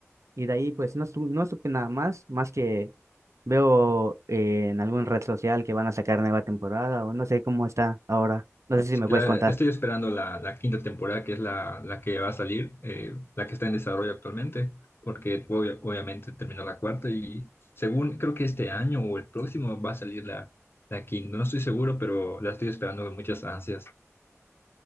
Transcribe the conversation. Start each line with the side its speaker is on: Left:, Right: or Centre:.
Right: Y de ahí pues no, su- no supe nada más, más que veo eh, en algún red social que van a sacar nueva temporada o no sé cómo está ahora. No sé si
Left: Sí,
Right: me
Left: la-
Right: puedes contar.
Left: estoy esperando la, la quinta temporada, que es la, la que va a salir, eh, la que está en desarrollo actualmente, porque obvia- obviamente terminó la cuarta y según, creo que este año o el próximo va a salir la, la quinta. No estoy seguro, pero la estoy esperando con muchas ansias.